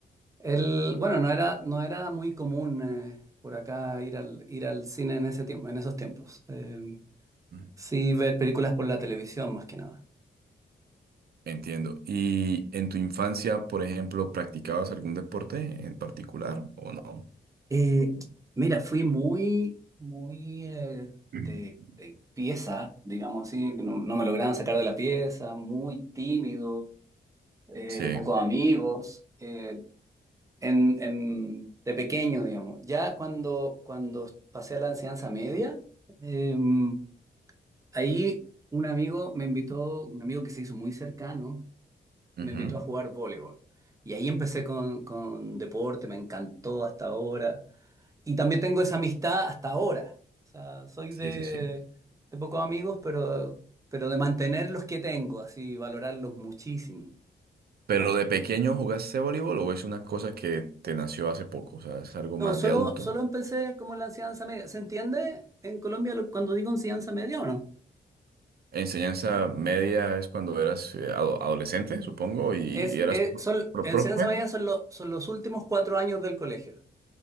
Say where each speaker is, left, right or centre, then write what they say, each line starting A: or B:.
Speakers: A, on the right (about 20°); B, on the right (about 65°).
A: El, bueno, no era, no era muy común eh, por acá ir al, ir al cine en ese tiempo, en esos tiempos. Eh,
B: Mm.
A: sí, ver películas por la televisión más que nada.
B: Entiendo. ¿Y en tu infancia, por ejemplo, practicabas algún deporte en particular o no?
A: Eh, mira, fui muy, muy eh, de,
B: Mm.
A: de pieza, digamos así, que no, no me lograban sacar de la pieza, muy tímido, eh,
B: Sí.
A: de pocos amigos, eh, en, en- de pequeño, digamos. Ya cuando, cuando pasé a la enseñanza media, em, Ahí un amigo me invitó, un amigo que se hizo muy cercano, me
B: Ujú.
A: invitó a jugar voleibol. Y ahí empecé con, con deporte, me encantó hasta ahora. Y también tengo esa amistad hasta ahora. O sea, soy
B: Sí,
A: de,
B: sí, sí.
A: de pocos amigos, pero, pero de mantener los que tengo, así, valorarlos muchísimo.
B: ¿Pero de pequeño jugaste voleibol o es una cosa que te nació hace poco? O sea, es algo
A: No,
B: más
A: solo,
B: de adulto.
A: solo empecé como en la enseñanza media. ¿Se entiende en Colombia lo- cuando digo enseñanza media o no?
B: Enseñanza media es cuando eras eh, ado- adolescente, supongo, y
A: Es,
B: eras
A: es- son,
B: pro-
A: enseñanza
B: profe.
A: media son, los son los últimos cuatro años del colegio.